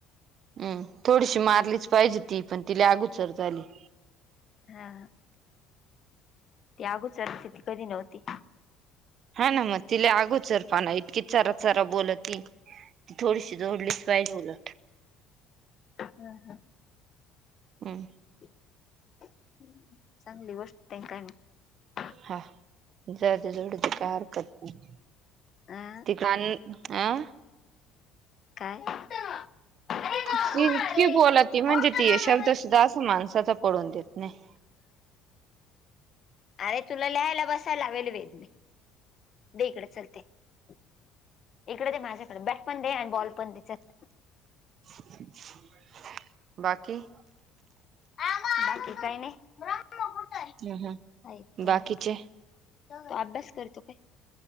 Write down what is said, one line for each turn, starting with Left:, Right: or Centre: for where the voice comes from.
Right: हम् थोडीशी मारलीच पाहिजे ती पण तिला अगोचर झाली.
Left: हा. ती अगूच लते ती कधी नव्हती
Right: हा ना मग तिला अगोचर पाना इतकी चारा चारा बोल ती ती थोडीशी जोडलीच पाहिजे उल
Left: <inaudible> हम हा.
Right: हम्म,
Left: <inaudible> चांगली गोष्ट ट का म
Right: हा <unintelligible> ज जवड त का हरकत नाही
Left: हा
Right: तिक आह.
Left: काय? <inaudible> नको
Right: ती की
Left: ना
Right: इतकी
Left: रे
Right: बोला ती म्हणजे
Left: ओटो
Right: ती
Left: ना मम्मी
Right: शब्द सुद्धा अस माणसाचा पडून देत नाही <inaudible>
Left: अरे तुला लिहायला बसायला लावल <inaudible> वेदम दे इकड <unintelligible> इकड ते माझ्याकडे ब बॅट पण दे आणि बॉल पण पन दे चल <inaudible>
Right: <unintelligible> बाकी.
Left: बाकी काय नाही. <unintelligible>
Right: ह ह बाकीचे
Left: त अभ्यास करतो काय?